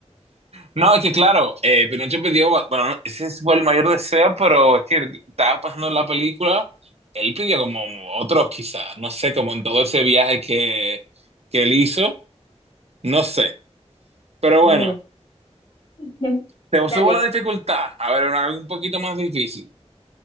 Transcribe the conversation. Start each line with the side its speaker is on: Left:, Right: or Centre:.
Right: No, es que claro, eh, Pinocho pidió, ba- bueno, no, ese fue el mayor deseo, pero es que estaba pasando la película, él pidió como otros quizás, no sé, como en todo ese viaje que, que él hizo, no sé. Pero
Left: Mm,
Right: bueno,
Left: <laughs>
Right: te subo
Left: Dale.
Right: la dificultad, a ver, una- algo un poquito más difícil.